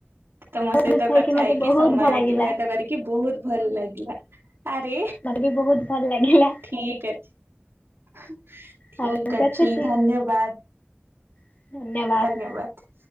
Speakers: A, on the right; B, on the left.
A: ତମ
B: ତମଠୁ
A: ସହିତ
B: ଖାଇକି
A: କଥା
B: ମତେ
A: ହେଇକି
B: ବହୁତ
A: ସମୟ
B: ଭଲ ଲାଗିଲା
A: ଅତିବାହିତ କରିକି ବହୁତ ଭଲ ଲାଗିଲା ଆରେ
B: ମତେ ବି ବହୁତ ଭଲ ଲାଗିଲା
A: ଠିକ ଅଛି ଠିକ
B: ହଉ
A: ଅଛି
B: ରଖୁଛି
A: ଧନ୍ୟବାଦ
B: ଧନ୍ୟବାଦ।
A: ଧନ୍ୟବାଦ